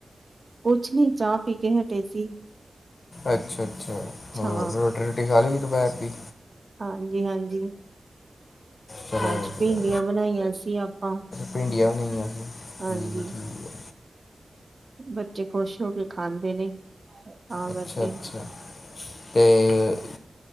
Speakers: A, on the right; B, on the left.
A: ਕੁਛ ਨੀ, ਚਾਹ ਪੀ ਕੇ ਹਟੇ ਸੀ।
B: ਅੱਛਾ -ਅੱਛਾ।
A: ਅੱਛਾ
B: ਹੋਰ ਰੋਟੀ -ਰੋਟੀ ਖਾ ਲਈ ਦੁਪਹਿਰ ਦੀ।
A: ਹਾਂਜੀ -ਹਾਂਜੀ।
B: ਚਲੋ
A: ਅੱਜ
B: ਵਧੀਆ
A: ਭਿੰਡੀਆਂ ਬਣਾਈਆਂ ਸੀ ਆਪਾਂ।
B: ਭਿੰਡੀਆਂ ਵੀ ਬਣਾਆਂ ਸੀਂ।
A: ਹਾਂਜੀ
B: ਠੀਕ ਹੈ।
A: ਬੱਚੇ ਖ਼ੁਸ਼ ਹੋ ਕੇ ਖਾਂਦੇ ਨੇ। ਤਾਂ
B: ਅੱਛਾ-
A: ਕਰਕੇ
B: ਅੱਛਾ। ਤੇ,